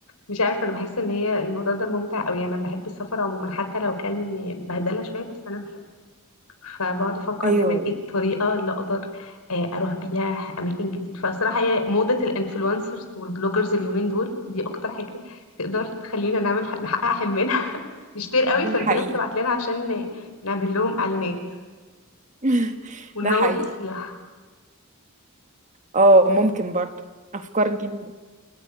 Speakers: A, on the left (about 85°); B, on the right (about 35°).
A: مش عارفه انا بحس ان هي الموضوع ده ممتع قوي انا بحب السفر عموما حتى لو كان بهدله شويه بس انا بحبه فبقعد افكر
B: ايوه
A: دايما ايه الطريقه اللي اقدر آه، اروح بيها اماكن جديده فصراحه هي موضه الانفلونسرز والبلوجرز اليومين دول دي اكتر حاجه تقدر تخلينا نعمل نحقق حلمنا <laughs> نشتري قوي
B: ده
A: فالبلاد
B: حقيقي
A: تبعت لنا عشان نعمل لهم اعلانات
B: <laughs>
A: ونروج
B: ده حقيقي
A: للسياحه
B: اه ممكن برضه افكار جديده